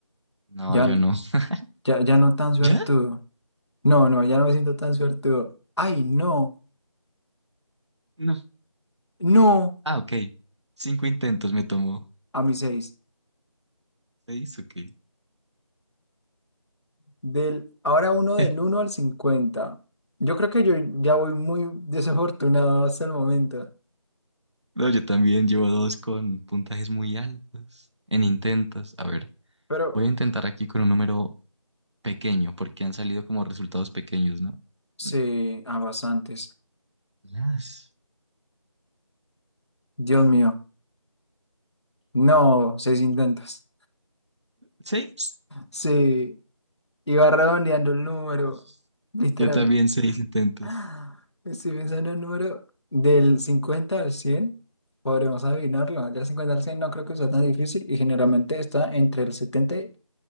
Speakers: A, on the right; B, on the left.
A: No,
B: Ya,
A: yo no. <laughs>
B: ya, ya no tan suertudo.
A: ¿Ya?
B: No, no, ya no me siento tan suertudo. Ay, no.
A: No.
B: No.
A: Ah, ok. Cinco intentos me tomó.
B: a mi seis
A: Seis, ok.
B: Del, ahora uno del
A: <laughs>
B: uno al cincuenta Yo creo que yo ya voy muy desafortunado hasta el momento.
A: No, yo también llevo dos con puntajes muy altos en intentos. A ver,
B: Pero
A: voy a intentar aquí con un número pequeño porque han salido como resultados pequeños, ¿no?
B: sí,
A: Mm,
B: a bastantes.
A: Las...
B: Dios mío. No, seis intentos.
A: Seis.
B: Sí, iba redondeando el número.
A: Uf.
B: Literal.
A: Yo también seis intentos.
B: Ah, Estoy pensando en el número del 50 al cien Podremos adivinarlo. Del cincuenta al 100 no creo que sea tan difícil y generalmente está entre el setenta y-